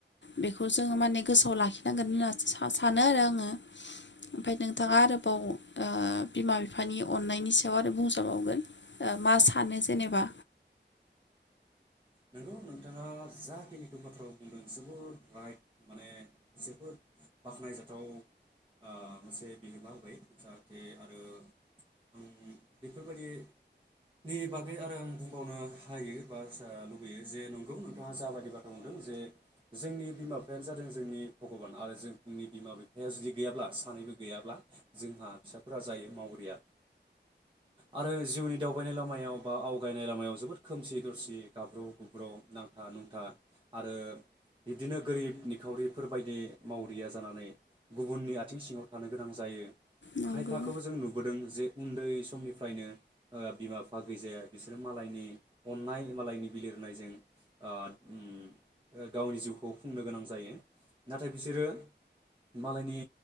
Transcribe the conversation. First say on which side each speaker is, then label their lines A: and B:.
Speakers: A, on the left (about 75°); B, on the right (about 25°).
A: बेखौ जोङो माने गोसोआव लाखिनांगोन होनना सानो आरो आङो ओमफ्राय नोंथाङा आरोबाव ओ बिमा बिफानि अननायनि सायाव आरो बुंजाबावगोन मा
B: औ
A: सानो जेनेबा?
B: नोंगौ नोंथाङा जाखिनिखौ बाथ्रा बुंदों जोबोद राइट माने जोबोद बाख्नायजाथाव ओ मोनसे बिहोमा होबाय जाहाथे आरो आं बेफोरबायदिनि बागै आरो आं बुंबावनो हायो बा लुबैयो जे नंगौ नोंथाङा जाबायदि बाथ्रा बुंदों जे जोंनि बिमा बिफायानो जादों जोंनि भगबान आरो जोंनि बिमा बिफाया जुदि गैयाब्ला सानैबो गैयाब्ला जोंहा फिसाफोरा जायो मावरिया आरो जिउनि दावबायनाय लामायाव बा आवगायनाय लामायाव जोबोद खोमसि दरसि गाब्रु गुबब्र नांथा नुंथा आरो बिबदिनो गोरिब निखावरिफोरबायायदि मावरिया जानानै गुबुननि आथिं सिङाव थानो गोनां जायो।
A: नंगौ
B: खायफाखौबो जों नुबोदों जे उन्दै समनिफ्रायनो ओ बिमा बिफा गैजाया बिसोरो मालायनि अननाय मालायनि बिलिर नाय जों ओ गावनि जिउखौ खुंनो गोनां जायो नाथाय बिसोरो मालायनि